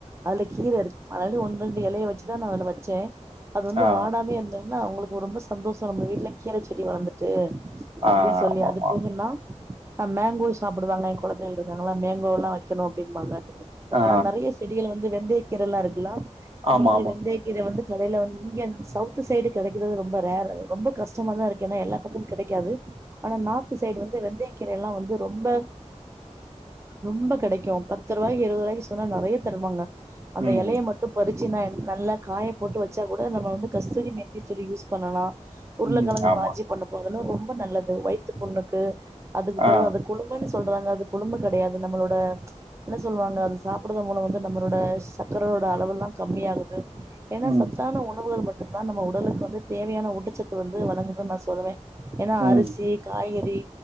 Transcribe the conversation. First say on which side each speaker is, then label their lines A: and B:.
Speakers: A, on the right (about 25°); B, on the right (about 50°).
A: அதுல கீர இருக்கு அதனால ஒன்ரெண் அந்த எலைய வெச்சுதா நா அதல வச்சே அது வந்து
B: ஆ
A: வாடாமயே இருந்தோன அவங்களுக் கு ரொம்ப சந்தோஷோ நம்ம வீட்ல கீர செடி வளந்துட்டு அப்டின்
B: ஆ
A: சொல்லி
B: ஆமா
A: அது
B: ஆமா
A: போகன்னா ஆ மேங்கோ சாப்புடுவாங்க எங் கொழந்தைகளா நல்லா மேங்கோல்லா வைக்கணும் அப்டிம்பாங்க
B: ஆ
A: நா நறைய செடிகள வந் ந்து வெந்தய கீரல்லா இருக்கு லா அந்த
B: ஆமா
A: மாரி
B: ஆமா
A: வெந்தயக்கீர வந்து கடையல வந்து இங்க சவுத்து சைடு கிடைக்கிறது ரொம்ப ரேர் ரொம்ப கஷ்டமா தா இருக்கு ஏன்னா எல்லா பக்கமும் கிடைக்காது ஆனா நார்த்து சைடு வந்து வெந்தயக்கீரை எல்லாம் வந்து ரொம்ப ரொம்ப கிடைக் கும் பத்து ரூவாய்கு இருவது ரூவாய்கு சொன்ன நறையா தருவாங்க. அந்த
B: ம்
A: இலைய மட்டும் பறிச்சினா எ நல்லா காய போட்டு வச்சா கூட நம்ம வந்து கஸ்தூரி மேத்தி சொல்லி யூஸ் பண்ணலாம் உருளக்கழங்கு
B: ம் ஆமா
A: பாஜி பண்ண போதுலா ரொம் ம்ப நல்லது வாய்த்து புண்ணுக்கு அதுக்குப்பிறவு
B: ஆ
A: அந்த குடும்பன்ஸ் சொல்றாங்க அது கொழும்பு கிடையாது நம்பளோட என்ன சொல்லுவாங்க அது சாப்டறது மூலம் வந்து நம்மளோட சக்கரோட அளவெல்லாம் கம்மியாகது து ஏனா
B: ம்
A: சத்தான உணவுகள் மட் அதுக் தா நம்ப உடலுக்கு வந்து தேவையான ஊட்டச்சத்து வந்து வழங்குதுன் நா சொல்வே ஏனா
B: ம்
A: அரிசி காய்கறி